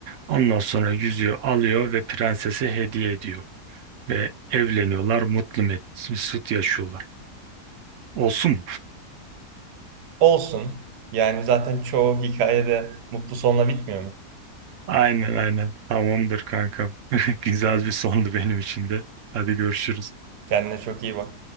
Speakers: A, on the right; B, on the right.
A: Ondan sonra yüzüğü alıyor ve prensese hediye ediyor. ve evleniyorlar, mutlu mesut yaşıyorlar. Olsun mu?
B: Olsun. Yani zaten çoğu hikayede mutlu sonla bitmiyor mu?
A: Aynen aynen. Tamamdır kankam. <laughs> Güzel bir sondu benim için de. Hadi görüşürüz.
B: Kendine çok iyi bak.